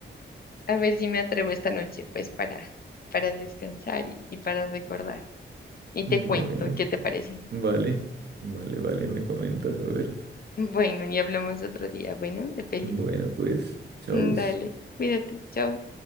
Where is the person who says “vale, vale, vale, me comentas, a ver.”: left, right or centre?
Right